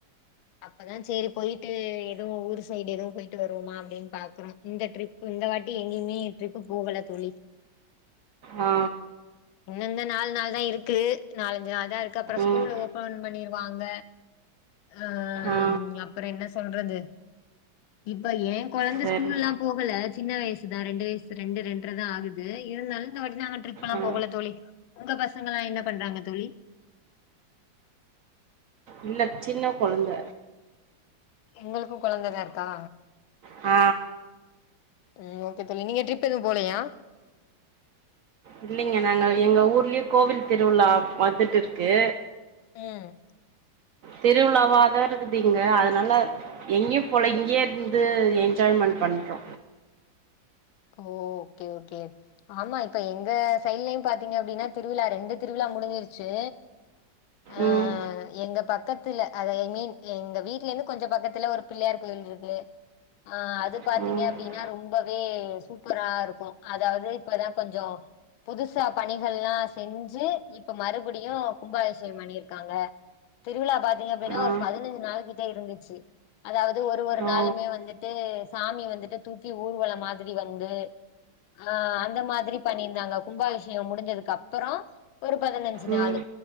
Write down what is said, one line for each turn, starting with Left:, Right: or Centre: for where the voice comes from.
Left: அப்ப தான் சேரி போயிட்டு எதுவும் ஊரு சைடு எதும் போயிட்டு வருவோமா அப்டின்னு பாக்குறோ இந்த ட்ரிப்பு இந்த வாட்டி எங்கயுமே ட்ரிப் போகல தோழி
Right: ஆ
Left: இன்னு இந்தா நாலு நாள் தான் இருக்கு நாலஞ்சு நாள் தான் இருக்கு அப்பறம் ஸ்கூல்
Right: ம்
Left: ஓபன் பண்ணிருவாங்க ஆ
Right: ஆ
Left: அப்பற என்ன சொல்றது இப்ப ஏன் கொழந்த
Right: சரி
Left: ஸ்கூல்லா போகல சின்ன வயசுதா ரெண்டு வயசு ரெண்டு ரெண்றதான் ஆகுது இருந்தாலு இந்த வாட்டி நாங்க ட்ரிப்லா
Right: ஆ
Left: போகல தோழி உங்க பசங்கல்லா என்ன பண்றாங்க தோழி
Right: இல்ல சின்ன கொழந்த
Left: உங்களுக்கும் கொழந்த தா இருக்கா
Right: ஆ
Left: ம் ஓகே தோழி நீங்க ட்ரிப் எதும் போலயா
Right: இல்லங்க நாங்க எங்க ஊர்லயே கோவில் திருவிழா வந்துட்டு இருக்கு
Left: ம்
Right: தெருவுழாவாதா இருக்குது இங்க அதனால எங்கயு போல இங்கயே இருந்து என்ஜாய்மெண்ட் பண்றோ
Left: ஓ ஓகே ஓகே ஆமா இப்ப எங்க சைட்லயும் பாத்தீங்க அப்டின்னா திருவிழா ரெண்டு திருவிழா முடிஞ்சிருச்சு ஆ
Right: ம்
Left: அ எங்க பக்கத்துல அத ஐ மீன் எங்க வீட்லருந்து கொஞ்ச பக்கத்துல ஒரு பிள்ளையார் கோயில் இருக்கு ஆ அது பாத்தீங்க
Right: அ உ
Left: அப்டின்னா ரொம்பவே சூப்பரா இருக்கும் அதாவது இப்பதான் கொஞ்சொ புதுசா பணிகள்லா செஞ்சு இப்ப மறுபடியு கும்பாவ்ஷேக பண்ணிருக்காங்க திருவிழா பாத்தீங்க அப்டின்னா
Right: அ
Left: ஒரு பதினஞ்சு நாள்கிட்ட இருந்துச்சு அதாவது ஒரு ஒரு
Right: ஓ
Left: நாளுமே வந்துட்டு சாமி வந்துட்டு தூக்கி ஊர்வலம் மாதிரி வந் து ஆ அந்த மாதிரி பண்ணியிருந்தாங்க கும்பாவிஷே முடிஞ்சதுக்கு அப்பறம் ஒரு பதினஞ்சு
Right: ம்
Left: நாளு